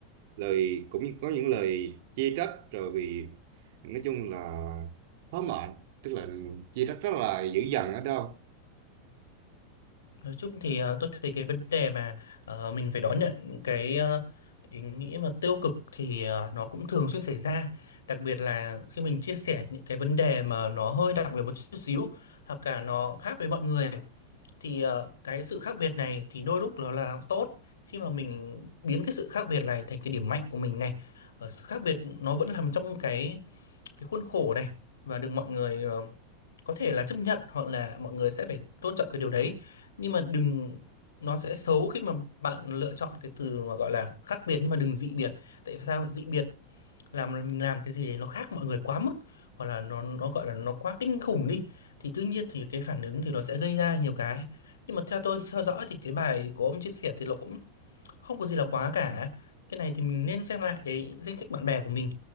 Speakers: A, on the right (about 50°); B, on the left (about 65°).
A: lời cũng như có những lời chê trách rồi vì nói chung là thỏa mãn tức là chê trách rất là dữ dằn ở đâu
B: nói chung thì ờ, tôi thấy cái vấn đề mà ờ, mình phải đón nhận những cái ờ, ý nghĩa mà tiêu cực thì ờ, nó cũng thường xuyên xảy ra đặc biệt là khi mình chia sẻ những cái vấn đề mà nó hơi đặc biệt một chút xíu hoặc cả nó khác với mọi người thì ờ, cái sự khác biệt này thì đôi lúc nó là tốt khi mà mình biến cái sự khác biệt này thành cái điểm mạnh của mình này Ờ, sự khác biệt nó vẫn nằm trong cái cái khuôn khổ này và được mọi người ờ, có thể là chấp nhận hoặc là mọi người sẽ phải tôn trọng cái điều đấy nhưng mà đừng nó sẽ xấu khi mà bạn lựa chọn cái từ mà gọi là khác biệt nhưng mà đừng dị biệt tại vì sao dị biệt làm mình làm cái gì đấy nó khác mọi người quá mức hoặc là nó nó gọi là nó quá kinh khủng đi thì tuy nhiên thì cái phản ứng thì nó sẽ gây ra nhiều cái nhưng mà theo tôi theo dõi thì cái bài của ông chia sẻ thì nó cũng không có gì là quá cả cái này thì mình nên xem lại cái danh sách bạn bè của mình